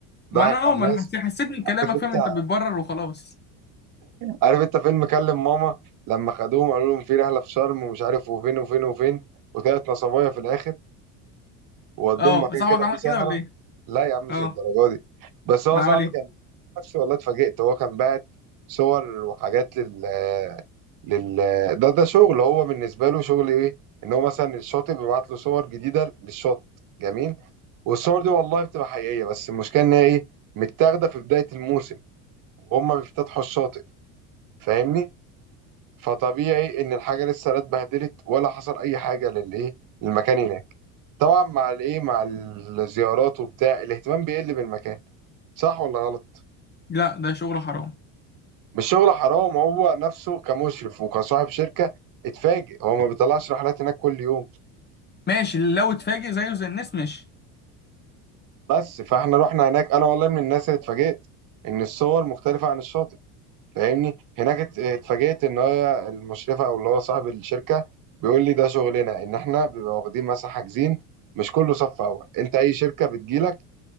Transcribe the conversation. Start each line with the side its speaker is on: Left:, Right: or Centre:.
Right: ضحك
Left: ما انا اه
Right: على الناس
Left: ما انا حسيت حسيت من كلامك
Right: عارف انت
Left: فاهم انت بتبرر وخلاص
Right: عارف انت فيلم كلم ماما لما خدوهم قالوا لهم في رحلة في شرم ومش عارف وفين وفين وفين وطلعت نصبايا في الآخر وودوهم
Left: اه
Right: مكان
Left: صاحبك
Right: كده
Left: عمل
Right: فيه سهرة
Left: كده ولا ايه
Right: لا يا عم مش
Left: اه
Right: الدرجة دي بس هو
Left: ما
Right: صاحبي
Left: عمل ايه
Right: كان نفسه والله اتفاجئت هو كان باعت صور وحاجات لل لل ده ده شغل هو بالنسبة له شغل ايه ان هو مثلا الشاطئ بيبعت له صور جديدة للشط جميل والصور دي والله بتبقى حقيقية بس المشكلة ان هي ايه متاخدة في بداية الموسم وهم بيفتتحوا الشاطئ فاهمني فطبيعي ان الحاجة لسه لا اتبهدلت ولا حصل اي حاجة للايه للمكان هناك طبعا مع الايه مع الزيارات وبتاع الاهتمام بيقل بالمكان صح ولا غلط
Left: لا ده شغل حرام
Right: مش شغل حرام هو نفسه كمشرف وكصاحب شركة اتفاجئ هو ما بيطلعش رحلات هناك كل يوم
Left: ماشي لو اتفاجئ زيه زي الناس ماشي
Right: بس فاحنا رحنا هناك انا والله من الناس اللي اتفاجئت ان الصور مختلفة عن الشاطئ فاهمني هناك ات- اتفاجئت ان هي المشرفة او اللي هو صاحب الشركة بيقول لي ده شغلنا ان احنا بيبقى واخدين مثلا حاجزين مش كله صف اول انت اي شركة بتجيلك